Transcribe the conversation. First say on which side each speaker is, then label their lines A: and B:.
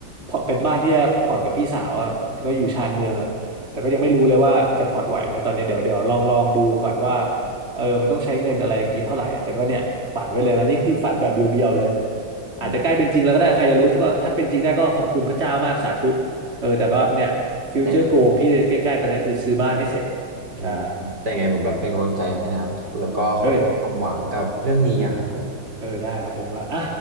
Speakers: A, on the right; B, on the right.
A: พอเป็นบ้านที่จะผ่อนกับพี่สาวอะก็อยู่ชานเมืองอะแต่ก็ยังไม่รู้เลยว่าจะผ่อนไหวไหมตอนนี้เดี๋ยวเดี๋ยวลองลองดูก่อนว่าเออมันต้องใช้เงินอะไรอย่างนี้เท่าไหร่อะแต่ก็เนี่ยฝันไว้เลยนะนี่คือฝันแบบเบียวๆเลยอาจจะใกล้เป็นจริงแล้วก็ได้ใครจะรู้ถ้าก็ถ้าเป็นจริงได้ก็ขอบคุณพระเจ้ามากสาธุ
B: อืม
A: เออแต่ว่าเนี่ยฟิวเจอร์โกของพี่ใกล้ๆตอนนี้คือซื้อบ้านให้เสร็จ
B: แต่อืมแต่ยังไงผมแบบเป็นกำลังใจให้นะครับแล้วก็ขอความหวังกับเรื่องนี้อะครับผม
A: ใช่เอ้ย เออได้ครับผมครับอ่ะ